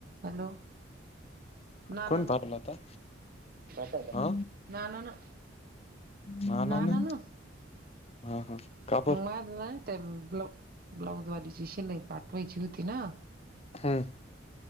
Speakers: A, on the right; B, on the left.
A: हॅलो नानान
B: कोण पाठवलं होता?
A: नाना ना
B: आ,
A: नाना ना
B: नानांनी?
A: ना ना ना
B: हा हा का बर
A: मग माझ ना त्या ब्ला ब्लाउज वालीची शिलाई पाठवायची होती ना.
B: हम्म